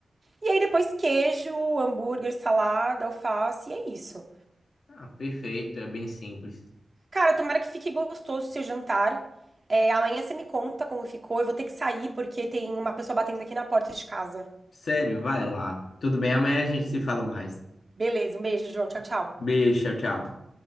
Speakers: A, on the right; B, on the left.
A: E aí depois queijo, hambúrguer, salada, alface, e é isso.
B: Ah, perfeito, é bem simples.
A: Cara, tomara que fique gostoso o seu jantar. É, amanhã você me conta como ficou. Eu vou ter que sair porque tem uma pessoa batendo aqui na porta de casa.
B: Sério, vai lá. Tudo bem, amanhã a gente se fala mais.
A: Beleza, um beijo, João. Tchau, tchau.
B: Beijo, tchau, tchau.